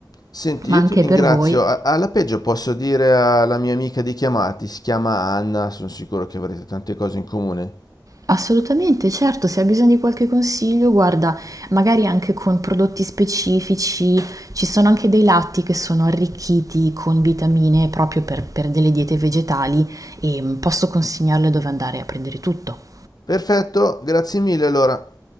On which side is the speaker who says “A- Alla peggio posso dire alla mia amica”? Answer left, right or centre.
Left